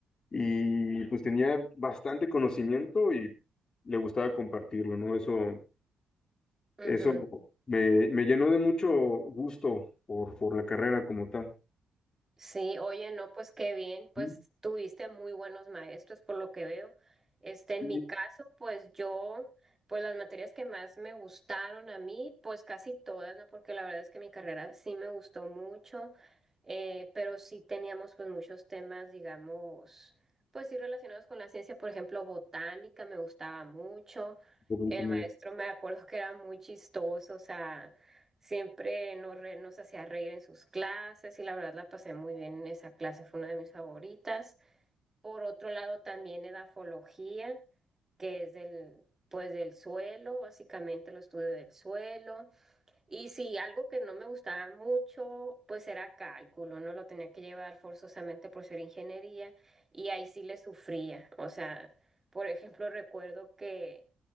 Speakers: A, on the left (about 35°); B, on the right (about 20°).
A: y pues tenía bastante conocimiento y le gustaba compartirlo, ¿no? Eso,
B: ujú.
A: eso me, me llenó de mucho gusto por, por la carrera como tal.
B: Sí, oye, no, pues qué bien, pues
A: Sí,
B: tuviste muy buenos maestros por lo que veo. Este, en
A: sí,
B: mi caso, pues yo, pues las materias que más me gustaron a mí, pues casi todas, ¿no? Porque la verdad es que mi carrera sí me gustó mucho, eh, pero sí teníamos pues muchos temas, digamos, pues sí relacionados con la ciencia, por ejemplo, botánica me gustaba mucho.
A: por-
B: El
A: por-
B: maestro me acuerdo que era muy chistoso, o sea... Siempre nos, re- nos hacía reír en sus clases y la verdad la pasé muy bien en esa clase, fue una de mis favoritas. Por otro lado, también edafología, que es del, pues, del suelo, básicamente lo estudio del suelo. Y sí, algo que no me gustaba mucho, pues era cálculo, ¿no? Lo tenía que llevar forzosamente por ser ingeniería y ahí sí le sufría. O sea, por ejemplo, recuerdo que